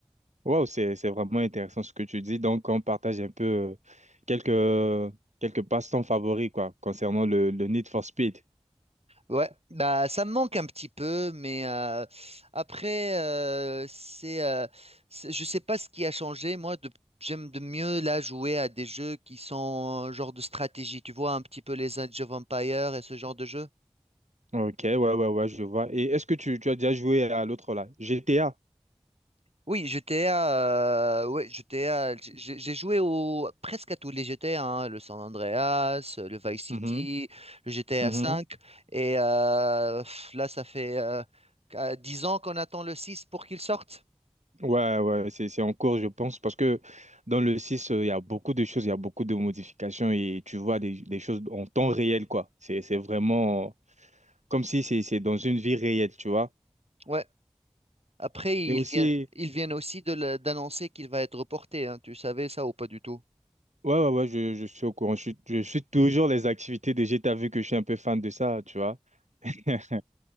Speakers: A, on the right; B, on the right.
A: Wow, c'est c'est vraiment intéressant ce que tu dis. Donc, on partage un peu euh, quelques euh, quelques passe-temps favoris quoi concernant le, le Need for Speed.
B: Ouais, bah ça me manque un petit peu, mais euh, après euh, c'est, euh, c'est- je sais pas ce qui a changé. Moi, de- j'aime de mieux là jouer à des jeux qui sont genre de stratégie. Tu vois un petit peu les Age of Empires et ce genre de jeu.
A: Ok, ouais, ouais, ouais, je vois. Et est-ce que tu, tu as déjà joué à l'autre là, GTA?
B: Oui, GTA, euh, ouais, GTA, j- j'ai j'ai joué au, presque à tous les GTA, hein, le San Andreas, le Vice City,
A: Mhm,
B: le GTA
A: mhm.
B: V, et euh, pff, là, ça fait euh, qu- 10 ans qu'on attend le 6 pour qu'il sorte.
A: Ouais, ouais, c'est c'est en cours, je pense, parce que dans le 6 euh, il y a beaucoup de choses, il y a beaucoup de modifications et tu vois des, des choses en temps réel quoi. C'est c'est vraiment comme si c'est c'est dans une vie réelle, tu vois.
B: Ouais. Après,
A: Et
B: ils
A: aussi
B: viennent, ils viennent aussi de le- d'annoncer qu'il va être reporté, hein. Tu savais ça ou pas du tout?
A: Ouais, ouais, ouais, je, je suis au courant. Je suis, je suis toujours les activités DG. T'as vu que je suis un peu fan de ça, tu vois. <laughs>